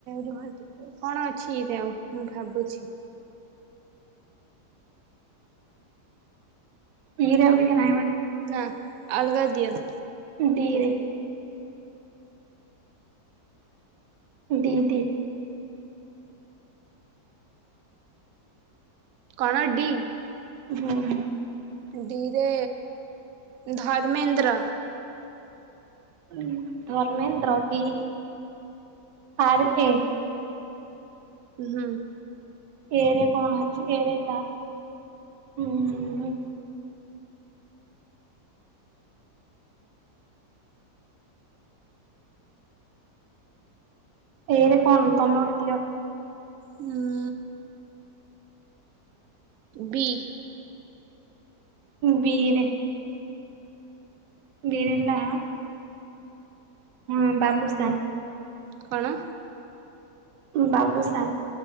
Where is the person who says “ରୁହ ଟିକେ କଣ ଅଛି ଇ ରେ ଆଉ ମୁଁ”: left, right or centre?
Right